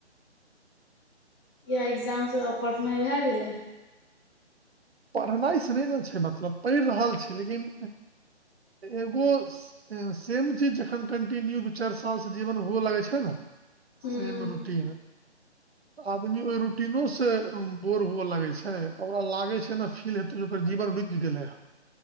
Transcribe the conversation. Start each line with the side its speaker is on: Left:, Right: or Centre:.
Left: इएह एग्जाम सभ आब पढ़नाइ भए गेलै
Right: पढ़नाइ से नहि ने छै मतलब पढ़ि रहल छै लेकिन एगो सेम चीज जखन कंटिन्यू दू चार सालसँ जीवन हुअ लगैत छै न
Left: हुँ
Right: सेम रूटीन आदमी ओहि रूटीनो से बोर हुए लगे छै ओकरा लागे छै। केना फील हेतो जे ओकर जीवन रुक गेले हे